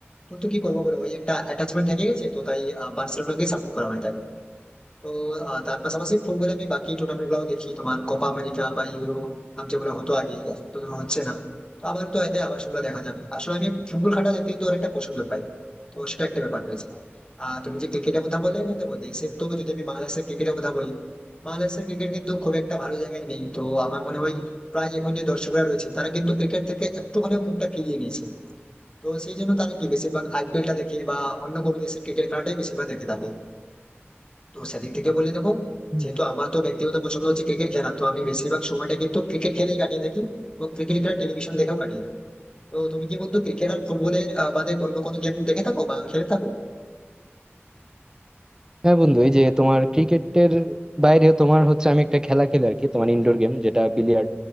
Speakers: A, on the left; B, on the right.
A: কিন্তু কি করবো বলো ওই একটা অ্যাটাচমেন্ট থেকে গেছে তো তাই আহ, বার্সেলোনাকে সাপোর্ট করা হয় তাকে তো আহ, তার পাশাপাশি ফুটবলে আমি বাকি টুর্নামেন্ট গুলো দেখি তোমার কোপা আমেরিকা বা ইউরো আম যেগুলো হতো আগে এখন তো ধরো হচ্ছে না তো আবার তো এলে আবার সেগুলো দেখা যাবে আসলে আমি ফুটবল খেলা দেখতে কিন্তু অনেকটা পছন্দ পাই তো সেটা একটা ব্যাপার রয়েছে আর তুমি যে ক্রিকেটের কথা বলে দেখো দেশের তো যদি আমি বাংলাদেশের ক্রিকেটের কথা বলি বাংলাদেশের ক্রিকেট কিন্তু খুব একটা ভালো জায়গায় নেই তো আমার মনে হয় প্রায় এখন যে দর্শকরা রয়েছে তারা কিন্তু ক্রিকেট থেকে একটু হলেও মুখটা ফিরিয়ে নিয়েছে তো সেই জন্য তারা কি বেশিরভাগ আইপিএলটা দেখে বা অন্য কোনো দেশের ক্রিকেট খেলাটাই বেশিরভাগ দেখে থাকে তো সেদিক থেকে বলে দেবো
B: হুম।
A: যেহেতু আমার তো ব্যক্তিগত পছন্দ হচ্ছে ক্রিকেট খেলা তো আমি বেশিরভাগ সময়টা কিন্তু ক্রিকেট খেলেই কাটিয়ে থাকি এবং ক্রিকেট খেলা টেলিভিশন দেখেও কাটিয়ে দিই তো তুমি কি বন্ধু ক্রিকেট আর ফুটবলের বাদে অন্য কোনো গেম দেখে থাকো বা খেলে থাকো
B: হ্যাঁ বন্ধু এই যে তোমার ক্রিকেটের বাইরে তোমার হচ্ছে আমি একটা খেলা খেলি আর কি তোমার ইনডোর গেম যেটা বিলিয়ার্ড